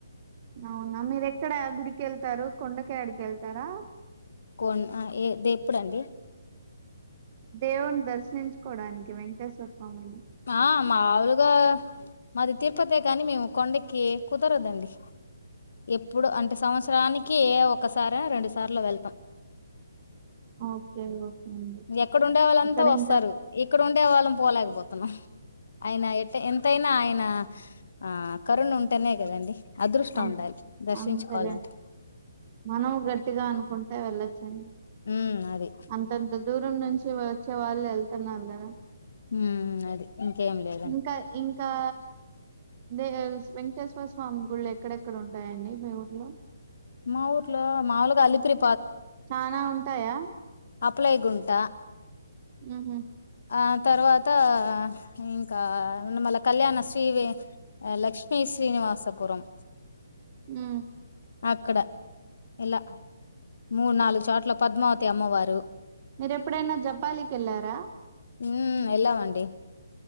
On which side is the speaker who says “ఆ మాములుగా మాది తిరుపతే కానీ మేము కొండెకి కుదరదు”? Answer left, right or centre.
Left